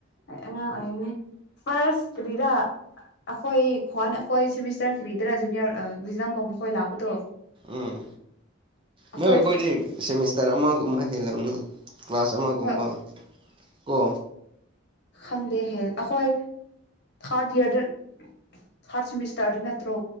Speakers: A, on the left; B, on the right.
A: ꯑꯉꯥꯡ ꯑꯣꯏꯔꯤ ꯐꯥꯔꯁ ꯀ꯭ꯔꯤꯔꯥ ꯑꯩꯈꯣꯏ ꯈ꯭ꯋꯥꯟ ꯑꯩꯈꯣꯏ ꯁꯦꯃꯤꯁꯇꯔ ꯀ꯭ꯔꯤꯗꯔꯥ ꯖꯨꯅꯤꯌꯔ ꯋꯛꯖꯥꯐꯣ ꯃꯈꯣꯏ ꯂꯥꯛꯄꯗꯣ
B: ꯎꯝ ꯅꯣꯏ
A: ꯑꯩꯈꯣꯏ
B: ꯑꯩꯈꯣꯏꯗꯤ ꯁꯦꯃꯤꯁꯇꯔ ꯑꯃꯒꯨꯝꯕ ꯍꯦꯜꯂꯝꯅꯤ ꯀ꯭ꯂꯥꯁ ꯑꯃꯒꯨꯝꯕ
A: ꯍꯣꯏ
B: ꯀꯣ
A: ꯈꯪꯗꯦ ꯍꯦ ꯑꯩꯈꯣꯏ ꯊꯥꯔꯠ ꯏꯌꯥꯔꯗ ꯊꯥꯔꯠ ꯁꯦꯃꯤꯁꯇꯔꯗ ꯅꯠꯇ꯭ꯔꯣ